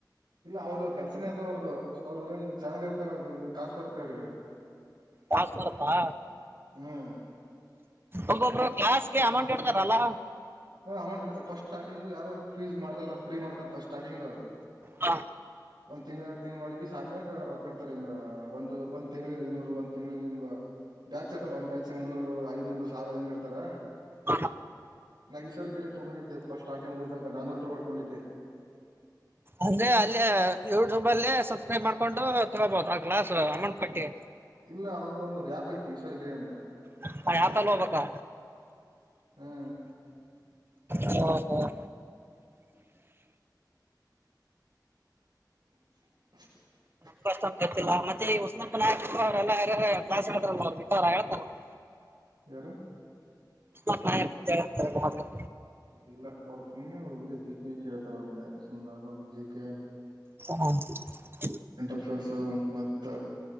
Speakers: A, on the right; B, on the right.
A: ಇಲ್ಲ ಅವ್ರರು ಕೆಲ್ಸನೇ ಅದು ಅವ್ರ್ದ ಅವ್ರು ಏನು ಚಾನಲ್ ಇರ್ತ್ತಲ್ಲ ಅವ್ರ ಕಾಸು ಬರುತ್ತೆ ಅವ್ರಿಗೆ
B: ಕಾಸು ಬರುತ್ತಾ
A: ಹ್ಮ್
B: ಒಬ್ಬೊಬ್ರು ಕಾಸಗೆ ಅಮೌಂಟ್ ಇಡ್ತಾರಲ್ಲ
A: ಹ ಅಮೌಂಟ್ ಇಡತ ಫಸ್ಟ್ ಸ್ಟಾರ್ಟಿಂಗ್ ಯಾರು ಫೀಸ್ ಮಾಡ್ದಲ್ಲ ಫ್ರೀ ಮಾಡ್ತಾರ‌ ಪಸ್ಟ ಸ್ಟಾರ್ಟಿಂಗ್
B: ಹಾ.
A: ಒಂದ್ ತಿಂಗಳು ಎರಡು ತಿಂಗಂಗಳು ಮಾಡಗೆಸ ಆಮ್ಯಾಗ ರೊಕ್ ಇಡ್ತಾರೆ ಹಿಂಗ ಒಂದ್ ಒಂದ್ ತಿಂಗಳಿ ಇನ್ನೂರು ಒಂದ್ ತಿಂಗಳಗ ಹಿಂಗ ಬ್ಯಾಚ್ ಇರ್ತಲ್ಲ ಒಂದ್ ಬ್ಯಾಚ್ ಮುನ್ನೂರು ಐನೂರು ಸಾವಿರ ಹಿಂಗ್ ಇಡ್ತಾರ
B: ಹ
A: ಮೈಸೂರ್ ಗಿರಿ ತಗೊಂಡಿದ್ದೆ ಪಸ್ಟ ಸ್ಟಾರ್ಟಿಂಗ್ ಹೋದಾಗ ನಾನೂರು ರೂಪಾಯಿ ಕೂಟ್ಟ ತಗೊಂಡಿದ್ದೆ
B: ಅಂದ್ರೆ ಅಲ್ಲೇ ಯೂಟ್ಯೂಬ್ ಅಲ್ಲೇ ಸಬ್ಸ್ಕ್ರೈಬ್ ಮಾಡ್ಕೊಂಡು ತಗೋಬಹದು ಆ ಕ್ಲಾಸ್ ಅಮ ಕಟ್ಟಿ
A: ಇಲ್ಲ ಅವ್ನ್ದು ಒಂದು ಆಪ ಐತಿ ಈಶವರ್ರಿಗೆ ಅಂತ
B: ಹ ಆಪಯಲ್ಲಿ ಹೋಗಬೇಕಾ
A: ಹ್ಮ್
B: ಹ್ಮ ಹ್ಮ
A: <unintelligible>
B: ನಮಗ ಅಷ್ಟ ಗೊತ್ತಿಲ್ಲ ಮತ್ತೆ ಈ ಉಸ್ನಾಪ ನಾಯಕ್ ಅವರ ಎಲ್ಲ ಯಾರರ ಕ್ಲಾಸ್ ಹೇಳುತ್ತಿರಲ್ಲ ಬಿಟ್ಟಾರ ಹೇಳ್ತಾರ <unintelligible>
A: ಯಾರು
B: ಉಸನ್ನಪ್ಪ ನಾಯಕಂತ ಹೇಳ್ತಿರಲ್ಲ
A: ಇಲ್ಲ ಅವ್ರು ಸುಮ್ಮ್ನೆ ಅವ್ರ ಇದೆ ಜಿಕ ವಿ ಕೆ ಹೇಳ್ತಾರ ಸುಮ್ಮ್ ನಾರ್ಮಲ್ ಜಿ ಕೆ
B: ಹಾಕ್ <unintelligible>
A: ಕರೆಂಟ್ ಅಫೇರ್ಸು ಮತ್ತ